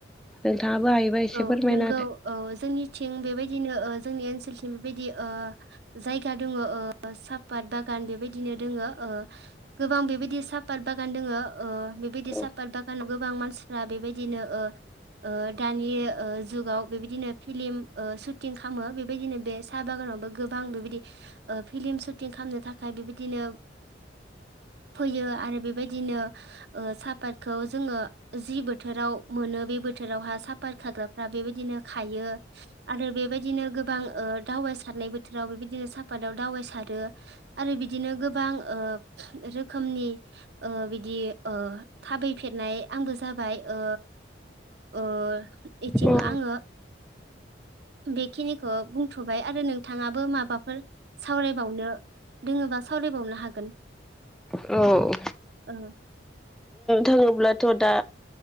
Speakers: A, in the centre; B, on the right.
A: नोंथाङाबो हायोबा एसे
B: औ
A: फोरमायना
B: नंगौ औ जोंनिथिं बेबायदिनो जोंनि ओनसोलथि बेबायदि ओ जायगा दङ अ साहापात बागान बेबायदिनो दङो अ ओ गोबां बेबायदि सापात बागान दोङो अ बेबायदि
A: होदो
B: सापात बागानाव गोबां मानसिफ्रा बेबायदिनो ओ ओ दानि ओ जुगाव बेबायदिनो फिलिम ओ सुटिं खालामो बेबायदिनो बे साहा बागानावबो गोबां बां बेबायदि अ फिल्म सुटिं खालामनो थाखाय बेबायदिनो फैयो आरो बेबायदिनो अ साहापातखौ जोङो जि बोथोराव मोनो बे बोथोरावहा साफात खाग्राफ्रा बेबायदिनो खायो आरो बेबायदिनो गोबां अ दावाइ सारनाय बोथोराव बेबायदिनो सापताव दावाइ सारो आरो बिदिनो गोबां अ रोखोमनि अ बिदि अ थाबायफेर फेरनाय आंबो जाबाय अ अ एथिं
A: औ
B: आङो बेखिनिखौ बुंथ'बाय आरो नोंथाङाबो माबाफोर सावरायबावनो दोङोबा सावरायबावनो हागोन
A: औ
B: ओ
A: थोङोब्लाथ' दा